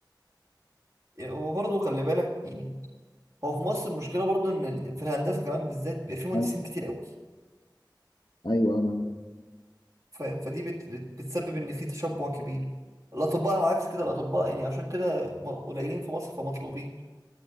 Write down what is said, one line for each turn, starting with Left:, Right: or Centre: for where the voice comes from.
Right: وبرضه خلي بالك يعني هو في مصر المشكله برضو ان ال- في الهندسه كمان بالذات بيبقى في مهندسين
Left: أيوة
Right: كتير قوي
Left: أيوة، انا
Right: فاهم فدي بت بت بتسبب ان في تشبع كبير الاطباء على عكس كده الاطباء يعني عشان كده م- قليلين في مصر فمطلوبين